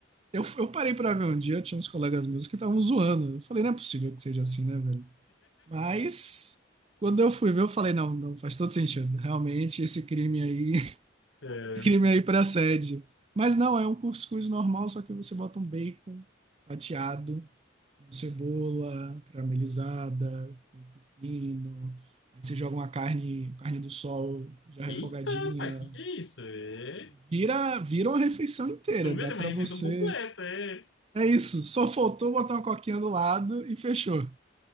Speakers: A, on the right (about 30°); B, on the left (about 70°).
A: Eu, eu parei pra ver um dia, tinha uns colegas meus que estavam zoando. Eu falei, não é possível que seja assim, né, velho? Mas quando eu fui ver, eu falei, não, não, faz todo sentido. Realmente, esse crime aí, <laughs>
B: É.
A: esse crime aí pra sede. Mas não, é um cuscuz normal, só que você bota um bacon fatiado, com cebola caramelizada, com pepino. Aí você joga uma carne, carne do sol já refogadinha.
B: Eita, pai, o que que é isso? É
A: Vira, vira uma refeição inteira.
B: Tu vê,
A: Dá
B: é
A: pra
B: uma refeição
A: você
B: completa, é.
A: É isso, só faltou botar uma coquinha do lado e fechou.